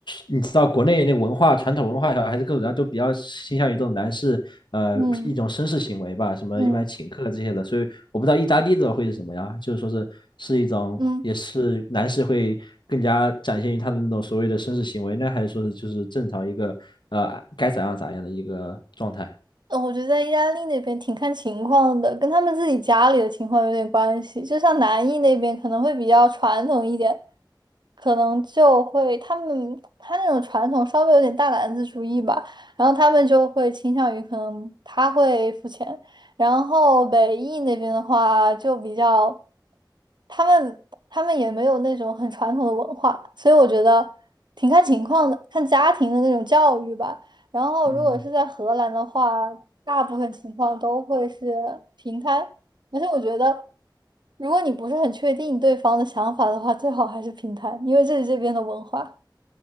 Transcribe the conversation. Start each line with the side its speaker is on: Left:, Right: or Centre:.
Left: 你知道国内那文化传统文化也好，还是各种然后都比较倾向于这种男士呃一种绅士行为吧，
Right: 嗯
Left: 什么一般请客这些的，
Right: 嗯
Left: 所以我不知道意大利的会是什么呀，就是说是是一种也是男士会更加展现于他的那种所谓的绅士行为呢，
Right: 嗯。
Left: 还是说是就是正常一个？呃该咋样咋样的一个状态。
Right: 呃，我觉得在意大利那边挺看情况的，跟他们自己家里的情况有点关系。就像南意那边可能会比较传统一点，可能就会他们他那种传统稍微有点大男子主义吧，然后他们就会倾向于可能他会付钱。然后北意那边的话就比较，他们他们也没有那种很传统的文化，所以我觉得挺看情况的，看家庭的那种教育吧。然后如果是在荷兰的话，
Left: 嗯，
Right: 大部分情况都会是平摊，而且我觉得，如果你不是很确定对方的想法的话，最好还是平摊，因为这是这边的文化。